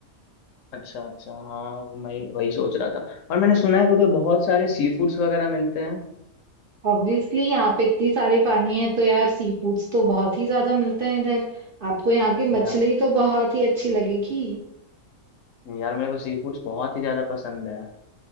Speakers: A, on the left; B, on the right.
A: अच्छा अच्छा हाँ मैं वही सोच रहा था और मैंने सुना है कि उधर बहुत सारे सी फूड्स वगैरह मिलते हैं
B: ऑब्वियसली यहाँ पे इतनी सारी पानी है तो यार सी फूड्स तो बहुत ही ज्यादा मिलते हैं इधर आपको यहाँ की मछली
A: यार
B: तो बहुत ही अच्छी लगेगी
A: यार मेरे को सी फूड्स बहुत ही ज्यादा पसंद है